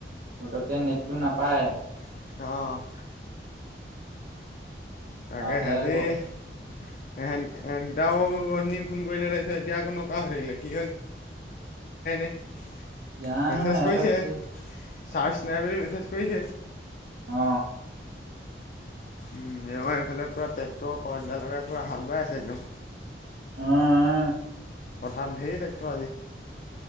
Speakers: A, on the right; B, on the left.
A: পটককে নেটটো নাপায়।
B: অ। তাকে
A: তাতে
B: <unintelligible> <unintelligible>
A: আকৌ
B: ফোন কৰিলে তাৰপিছত এতিয়া আকৌ নকৰা হৈ থাকিলে কি <unintelligible>
A: জানো
B: মেছেজ
A: সিহঁতক
B: কৰিছে,
A: কি
B: চাৰ্জ নাই বুলি মেছেজ কৰিছে।
A: অ।
B: উম আমাৰ এইফালে পুৰা ট্ৰেক্টৰ পা লগাই পুৰা হাল বাই আছে একদম।
A: অ আহ
B: পথাৰত ধেৰ টেক্টৰ আজি।